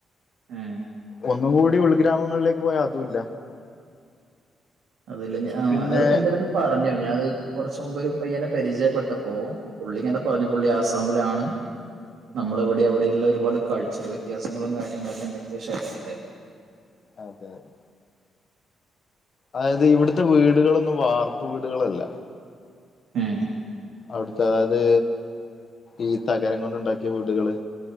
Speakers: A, on the right (about 75°); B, on the left (about 55°).
A: ഏഹ്
B: ഒന്നും കൂടി ഉൾഗ്രാമങ്ങളിലേക്ക് പോയാ അതുമില്ല
A: അതല്ല ഞ ആഹ്
B: പിന്നെ
A: അത്പ്പാ എന്റെടുത്ത് അഹ് പറഞ്ഞു ഞാന അത് കുറച്ച മുമ്പ് ഒരു പയ്യനെ പരിചയപ്പെട്ടപ്പോ പുള്ളിങ്ങനെ പറഞ്ഞു പുള്ളി ആസാമിലാണ് നമ്മളെവിടെ അവിടെയള്ള ഒരുപാട് കൾച്ചർ വ്യത്യാസങ്ങളും കാര്യങ്ങളൊക്കെ എന്റടുത്തു ഷെയർ ചെയ്തായിരുന്നു
B: അതെ അതെ അതായത് ഇവിടുത്തെ വീടുകളൊന്നും വാർപ്പ് വീടുകളല്ല
A: ഏഹ്
B: അവിടുത്തെ അതായത് ഈ തകരം കൊണ്ടുണ്ടാക്കിയ വീടുകള്